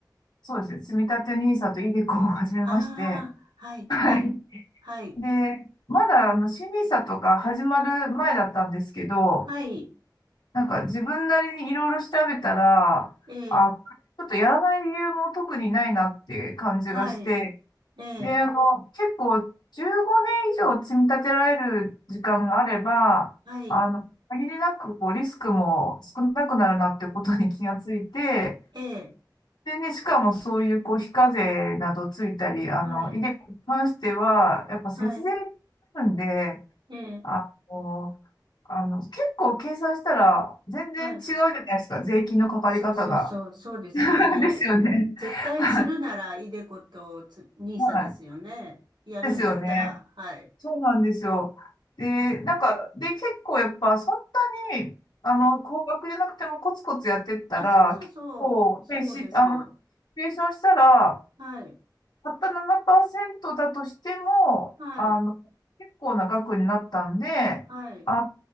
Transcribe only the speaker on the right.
ああ、はい、
はい、はい、
はい、
ええ、
はい、ええ、
はい、
ええ、
はい、
はい、
ええ、
はい。
そうそうそう、そうですよね。
絶対するなら、
イデコとつ、ニーサですよね。
やるんだったら、
はい、
はい、
はい。
あ、そうそうそう、
そうですよ。
はい。
はい。
はい。